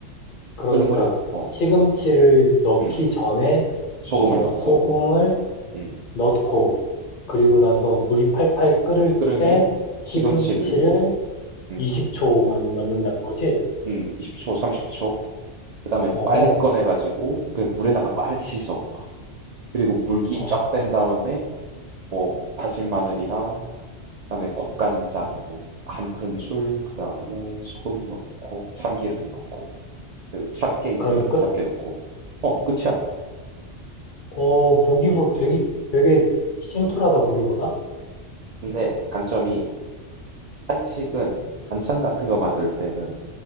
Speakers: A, on the left; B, on the right.
A: 그러니까
B: 끓는 물에 어
A: 시금치를 넣기
B: 음,
A: 전에,
B: 소금을
A: 어,
B: 넣고
A: 소금을
B: 음
A: 넣고, 그리고 나서 물이 팔팔 끓을
B: 끓으면
A: 때 시금치를
B: 시금치를 음,
A: 20초만 넣는다는
B: 음,
A: 거지?
B: 음 20초, 30초 그 다음에
A: 어,
B: 빨리 꺼내가지고 그 물에다가 빨리 씻어 그리고 물기
A: 아,
B: 쫙 뺀 다음에 뭐 다진 마늘이랑 그다음에 국간장 뭐 한 큰술 그다음에 소금 넣고 참기름 넣고 그리고 참깨 있으면
A: 그러면 끝?
B: 참깨 넣고 어 끝이야.
A: 어, 보기보 되게, 되게 심플하다,
B: 음.
A: 보기보다?
B: 근데 단점이 한식은 반찬 같은 거 만들 때는